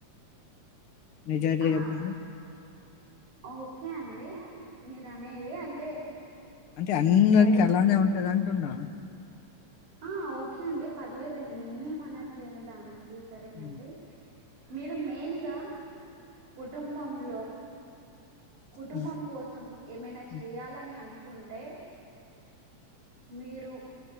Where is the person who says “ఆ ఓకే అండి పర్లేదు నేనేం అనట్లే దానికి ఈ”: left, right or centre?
Right